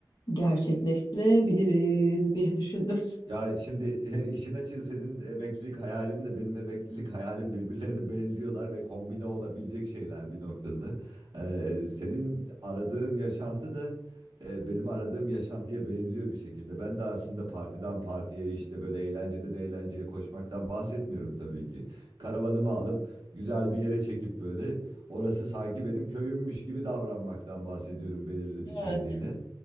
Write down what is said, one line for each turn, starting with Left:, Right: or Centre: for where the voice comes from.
Left: gerçekleştirebiliriz <laughs> diye düşündüm.
Right: Ya şimdi <laughs> e, işin açığı senin emeklilik hayalinle benim emeklilik hayalim birbirlerine <laughs> benziyorlar ve kombine olabilecek şeyler bir noktada. Ee, senin aradığın yaşantı da e, benim aradığım yaşantıya benziyor bir şekilde. Ben de aslında partiden partiye işte böyle eğlenceden eğlenceye koşmaktan bahsetmiyorum tabii ki. Karavanımı alıp güzel bir yere çekip böyle orası sanki benim köyümmüş gibi davranmaktan bahsediyorum belirli
Left: Evet,
Right: bir süreliğine.